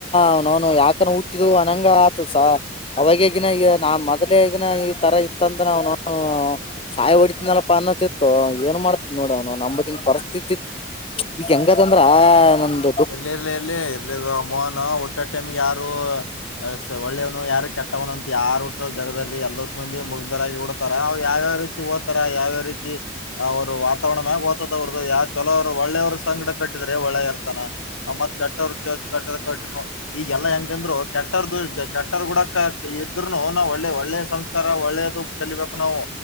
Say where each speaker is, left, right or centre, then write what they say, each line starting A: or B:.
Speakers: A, on the left; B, on the left.
A: ಅವ್ನವ್ವ್ನ್ ಯಾಕನ ಹುಟ್ಟುದೂ ಅನಂಗ ಆಗ್ತಾದಸಾರ್. ಅವಾಗ ಈಗಿನ ಈ ನಾ ಮೊದ್ಲೆ ಈಗಿನ ಈ ತರ ಇತ್ತಂತ ಅವ್ನು ಹ ಸಾಯಿ ಹೊಡಿತನಲಪ್ಪಾ ಅನ್ನತಿತ್ತು ಏನ್ ಮಾಡ್ತ್ ನೋಡ್ ಅವ್ನವ್ನ ನಮದಿಂಗ್ ಪರಿಸ್ಥಿತಿ ಈಗ ಹೆಂಗದ ಅಂದ್ರಾ ನಮ್ದು.
B: ಇರ್ಲಿ ಇರ್ಲಿ ಇರ್ಲಿ ಇರ್ಲಿ ಬ್ರೋ ಹುಟ್ಟೋ ಟೈಮ್ಗೆ ಯಾರೂ. ಹಾ ಸರ್ ಒಳ್ಳೇವ್ನು ಯಾರ ಕೆಟ್ಟವ್ನು ಅಂತ ಯಾರ ಹುಟ್ಟೊ ಜಗದಲ್ಲಿ ಎಲ್ಲೋ ಪಂದ್ಯ ಮುಗ್ದರಾಗಿ ಉಡ್ತಾರ ಯಾವ್ಯಾವ ರೀತಿ ಓತ್ತರ ಯಾವ್ಯಾವ ರೀತಿ. ಅವರು ವಾತಾವರಣ ಓದೋದು ಯಾವ ಚಲೋರು ಒಳ್ಳೆಯವ್ರ ಸಂಗಡ ಕಟ್ಟಿದ್ರೆ ಒಳ್ಳೆ ಇರ್ತಾನ್. ಆಮ್ಮತ್ ಕೆಟ್ಟರು ಚೇಸ್ ಕಟ್ಟದ ಕಟ್ರನು. ಈಗೆಲ್ಲಾ ಹೆಂಗಂದ್ರು ಕೆಟ್ಟರ್ ಕೆಟ್ಟ ಗೂಡಕ ಇದ್ರುನು ನಾ ಒಳ್ಳೆ ಒಳ್ಳೆ ಸಂಸ್ಕಾರ ಒಳ್ಳೇದು. ಕಲಿಬೇಕು ನಾವು.